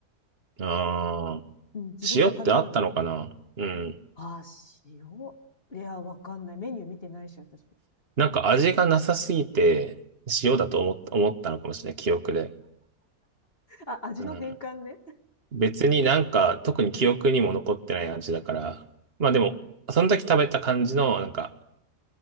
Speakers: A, on the right; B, on the left.
A: ああ。
B: うん、自分じゃ頼まないから。
A: 塩ってあったのかなうん。
B: ああ、塩。いや、わかんない。メニュー見てないし、私。
A: なんか味がなさすぎて、塩だと思っ、思ったのかもしれない、記憶で。
B: あ、味の変換ね。
A: うん。別になんか、特に記憶にも残ってない味だから。まあでも、その時食べた感じの、なんか、